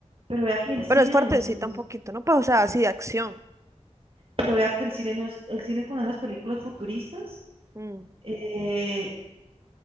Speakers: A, on the right; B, on the right.
A: pero vea que el cine
B: Pero es fuertecita
A: nos mostramos.
B: un poquito, ¿no? Pues, o sea, así de acción.
A: Pero vea que el cine no es, el cine con esas películas futuristas
B: Mm.
A: eh,